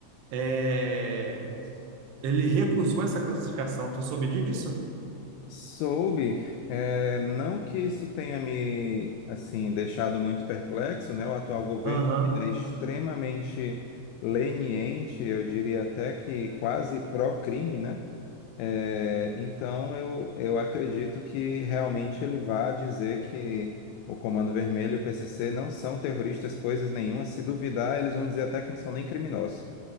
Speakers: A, on the right (about 80°); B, on the left (about 85°).
A: é, ele recusou essa classificação. Tu soube disso?
B: Soube, é, não que isso tenha me assim deixado muito perplexo, né? O atual governo
A: Aham.
B: ele é extremamente leniente, eu diria até que quase pró-crime, né? É, então eu, eu acredito que realmente ele vá dizer que o Comando Vermelho e o PCC não são terroristas, coisas nenhuma. Se duvidar, eles vão dizer até que não são nem criminosos.